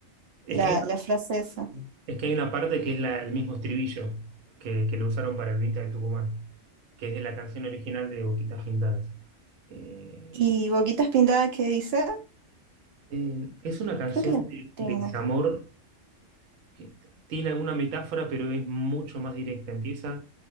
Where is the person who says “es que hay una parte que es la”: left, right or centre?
Right